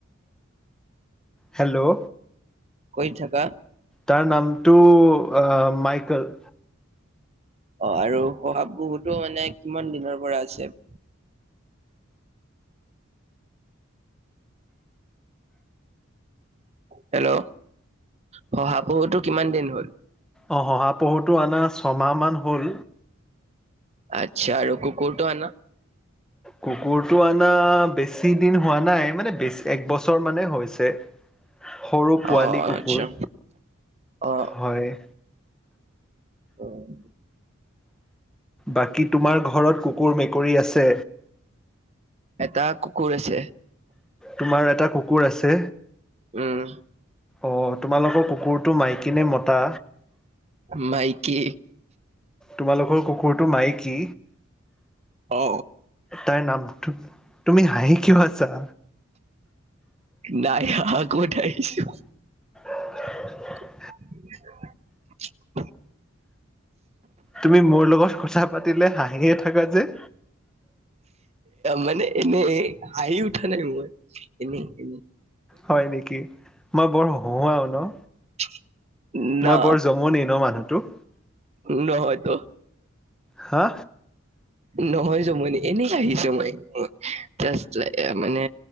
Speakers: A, in the centre; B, on the right.
A: হেল্ল'
B: কৰি থাকা।
A: তাৰ নামটো আহ মাইকেল।
B: অ' আৰু শহা পহুটো মানে কিমান দিনৰ পৰা আছে? হেল্ল' শহাপহুটো কিমান দিন হ'ল?
A: অ' শহাপহুটো আনা ছমাহমান হ'ল।
B: আচ্ছা, আৰু কুকুৰটো আনা।
A: কুকুৰটো অনা বেছি দিন হোৱা নাই মানে বেছি একবছৰ মানে হৈছে। সৰু পোৱালি
B: অ
A: কুকুৰ
B: আচ্ছা অ
A: হয়।
B: অ'
A: বাকী তোমাৰ ঘৰত কুকুৰ মেকুৰী আছে?
B: এটা কুকুৰ আছে।
A: তোমাৰ এটা কুকুৰ আছে
B: উম
A: অ' তোমালোকৰ কুকুৰটো মাই মাইকী নে মতা?
B: মাইকী।
A: তোমালোকৰ কুকুৰটো মাইকী
B: অ
A: তাইৰ নামটো তুমি হাঁহি কিয় আছা?
B: নাই হাঁহা ক'ত হাঁহিছো।
A: <inaudible>
B: <inaudible>
A: তুমি মোৰ লগত কথা পাতিলে হাঁহিয়ে থকা যে।
B: মানে এনে হাঁহি উঠা নাই মোৰ এনে এনে
A: হয় নেকি, মই বৰ হহুৱাও ন?
B: <inaudible> না
A: মই বৰ জমনি ন মানুহতো?
B: নহয়তো।
A: হা?
B: নহয় জমনি এনে হাঁহিছো মই জাষ্ট মানে